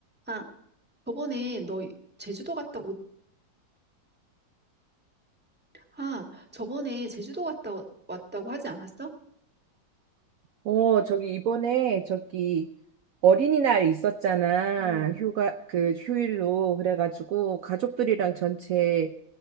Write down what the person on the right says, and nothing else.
어, 저기 이번에 저기 어린이날 있었잖아.
휴가 그 휴일로 그래가지고 가족들이랑 전체